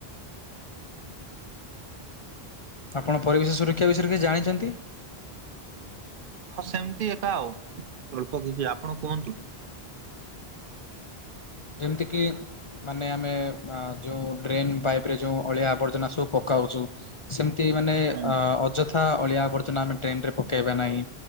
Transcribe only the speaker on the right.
ହଁ ସେମିତି ଏକା, ଆଉ ଅଳ୍ପ କିଛି ଆପଣ କୁହନ୍ତୁ?
ହଁ